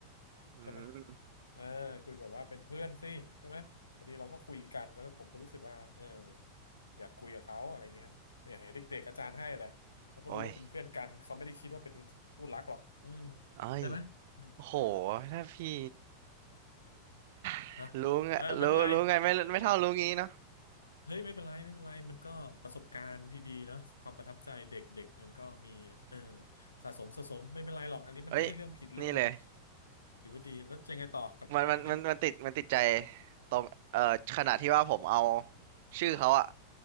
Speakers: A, on the right; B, on the left.
A: <laughs> อืม
B: ใช่ไหมอ่าคุยแบบว่าเป็นเพื่อนสิใช่ไหมพอดีเราก็คุยกันแล้วก็ผมก็รู้สึกว่าเอออยากคุยกับเขาอะไรเงี้ยอยากให้เด็กๆอาจารย์ให้แหละเขาก็รู้ว่าเป็นเพื่อนกันเขาไม่ได้คิดว่าเป็นคู่รักหรอกอืม
A: โอ้ยเอ้ย
B: ใช่ไหมอืม
A: โอ้โหถ้าพี่ <sighs>
B: อ่ะเออไม่เป็นไร
A: รู้ไงรู้รู้ไงไม่ไม่เท่ารู้งี้เนาะ
B: เฮ้ยไม่เป็นไรไม่เป็นไรมันก็ประสบการณ์ดีๆเนาะความประทับใจเด็กๆมันก็มีเออสะสมสะสมไม่เป็นไรหรอกอันนี้มันไม่ใช่เรื่องผิดเรื่องอะไร
A: เอ้ยนี่เลย
B: ถือว่าดีแล้วยังไงต่อกับผู้หญิงคนนี้
A: มันมันมันมันติดมันติดใจตรงเอ่อขนาดที่ว่าผมเอาชื่อเขาอะ